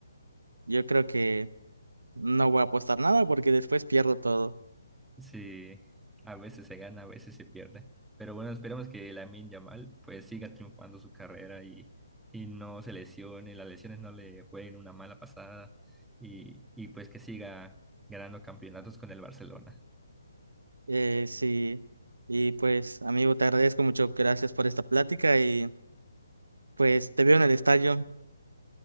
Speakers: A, on the right; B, in the centre.
A: yo creo que no voy a apostar nada porque después pierdo todo.
B: Sí, a veces se gana, a veces se pierde. Pero bueno, esperemos que Lamine Yamal pues siga triunfando su carrera y, y no se lesione, las lesiones no le jueguen una mala pasada y, y pues que siga ganando campeonatos con el Barcelona.
A: Eh, sí, y pues, amigo, te agradezco mucho, gracias por esta plática y pues te veo en el estadio,